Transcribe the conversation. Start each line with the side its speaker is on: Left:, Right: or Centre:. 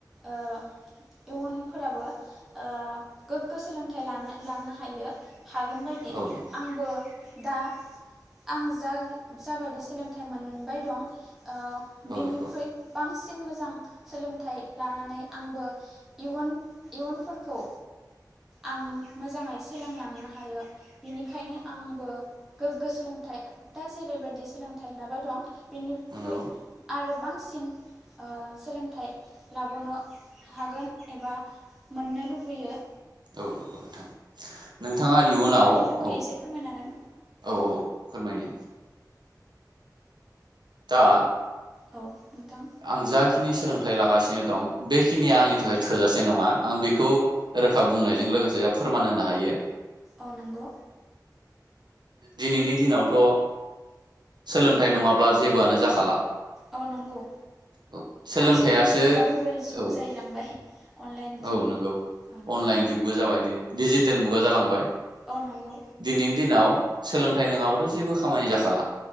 Centre: ओ इयुनफोराबो ओ गोग्गो सोलोंथाइ लानो लानो हायो हागोन बायदि
Right: औ
Centre: आंबो दा आं जा जाबायदि सोलोंथाइ मोनबाय दं ओ
Right: औ
Centre: बिनिख्रुइ
Right: नंगौ
Centre: बांसिन मोजां सोलोंथाइ लानानै आंबो इयुन इयुनफोरखौ आं मोजाङै सोलोंलांनो हायो बिनिखायनो आंबो गोग्गो सोलोंथाइ दा जेरैबायदि सोलोंथाइ लाबाय दं बिनिख्रुइ
Right: नंगौ
Centre: आरो बांसिन ओ सोलोंथाइ लाबनो हागोन एबा मोननो लुबैयो
Right: औ नोंगौ नोंथां नोंथाङा इयुनाव
Centre: माबायदि लुबैयो
Right: औ
Centre: एसे फोरमायनो हागोन
Right: औ औ फोरमायनि दा
Centre: औ नोंथां
Right: आं जाखि नि सोलोंथाइ लागासिनो दं बेखिनिया
Centre: औ
Right: आंनि
Centre: नंगौ
Right: थाखाय थोजासे नङा आं बिखौ रोखा बुंनायजों लोगोसे फोरमान होनो हायो
Centre: अ नोंगौ
Right: दिनैनि दिनावथ' सोलोंथाइ नङाब्ला जेबोआनो जाखाला
Centre: औ नंगौ
Right: औ सोलोंथाइ
Centre: आथिखालनि
Right: आसो
Centre: जुगाव मबाइल जुग
Right: औ
Centre: जाहैलांबाय अनलाइन जुग
Right: औ नोंगौ
Centre: औ नंगौ
Right: अनलाइन जुगबो जाबाय दि डिजिटेल
Centre: औ
Right: मुगा जालांबाय
Centre: औ नंगौ
Right: दिनैनि दिनाव सोलोंथाइ नोङाबाथ' जेबो खामानि जाखाला